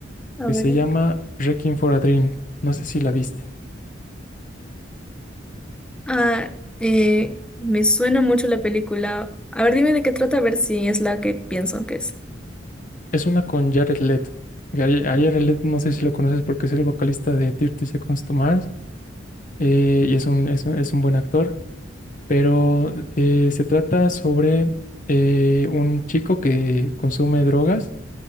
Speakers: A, in the centre; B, on the left.
A: A
B: que
A: ver.
B: se llama Requiem for a Dream. No sé si la viste.
A: Ah, eh, me suena mucho la película. A ver, dime de qué trata, a ver si es la que pienso que es.
B: Es una con Jared Leto. Gary- A Jared Leto no sé si lo conoces porque es el vocalista de 30 Seconds to Mars eh, y es un, es un, es un buen actor, pero eh, se trata sobre eh, un chico que consume drogas